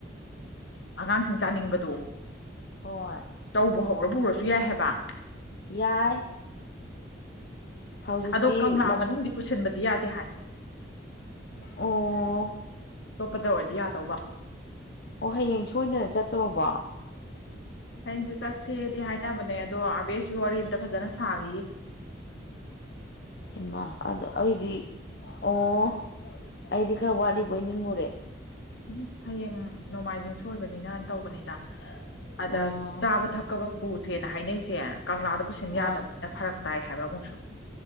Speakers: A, on the left (about 75°); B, on the left (about 55°).
A: ꯑꯉꯥꯡꯁꯤꯡ ꯆꯥꯅꯤꯡꯕꯗꯣ
B: ꯍꯣꯏ
A: ꯆꯧꯕꯨ ꯍꯧꯔ ꯄꯨꯔꯁꯨ ꯌꯥꯏ ꯍꯥꯏꯦꯕ
B: ꯌꯥꯏ ꯍꯧꯖꯤꯛꯇꯤ
A: ꯑꯗꯣ ꯀꯪꯂꯥ
B: ꯑꯣ
A: ꯃꯅꯨꯡꯗꯗꯤ ꯄꯨꯁꯤꯟꯕꯗꯤ ꯌꯥꯗꯦ ꯍꯥꯏ
B: ꯑꯣ
A: ꯑꯇꯣꯞꯄꯗ ꯑꯣꯏꯔꯗꯤ ꯌꯥꯗꯧꯕ
B: ꯑꯣ ꯍꯌꯦꯡ ꯁꯣꯏꯗꯅ ꯆꯠꯇꯣꯔꯣꯕꯣ
A: ꯍꯌꯦꯡꯁꯦ ꯆꯠꯁꯦꯗꯤ ꯍꯥꯏꯅꯕꯅꯦ ꯑꯗꯣ ꯑꯥꯕꯦꯁꯁꯨ ꯋꯥꯔꯤ ꯑꯃꯝꯇ ꯐꯖꯅ ꯁꯥꯒꯦ
B: ꯍꯃ ꯑꯗ ꯑꯩꯗꯤ ꯑꯣ ꯑꯩꯗꯤ ꯈꯔ ꯋꯥꯠꯂꯤꯕꯣꯏ ꯅꯤꯡꯉꯨꯔꯦ
A: ꯎꯝ ꯍꯌꯦꯡ ꯅꯣꯡꯃꯥꯏꯖꯤꯡ ꯁꯣꯏꯕꯅꯤꯅꯅ ꯇꯧꯕꯅꯤꯗ ꯑꯗ
B: ꯑꯣ
A: ꯆꯥꯕ ꯊꯛꯀꯕ ꯄꯨꯁꯦꯅ ꯍꯥꯏꯅꯩꯁꯦ ꯀꯪꯂꯥꯗ ꯄꯨꯁꯤꯟ ꯌꯥꯗꯕꯅꯤꯅ
B: ꯑꯥ
A: ꯐꯔꯛ ꯇꯥꯏ ꯍꯥꯏꯕ ꯑꯃꯨꯛꯁꯨ